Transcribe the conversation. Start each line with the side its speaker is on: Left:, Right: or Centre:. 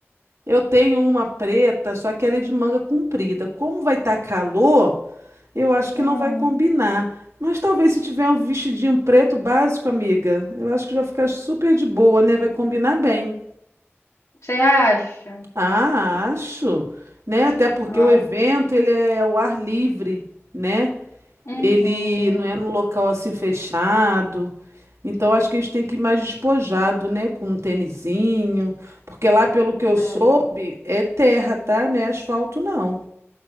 Right: Eu tenho uma preta, só que ela é de manga comprida. Como vai estar calor, eu acho
Left: Hum,
Right: que não vai combinar. Mas talvez se tiver um vestidinho preto básico, amiga, eu acho que vai ficar super de boa, né? Vai combinar bem.
Left: você acha?
Right: Ah, acho, né? Até porque
Left: Ah,
Right: o evento
Left: tá.
Right: ele é ao ar livre, né?
Left: Uhum.
Right: Ele não é num local assim fechado. Então acho que a gente tem que ir mais despojado, né? Com um tênisinho. Porque lá, pelo que eu
Left: É.
Right: soube, é terra, tá? Não é asfalto, não.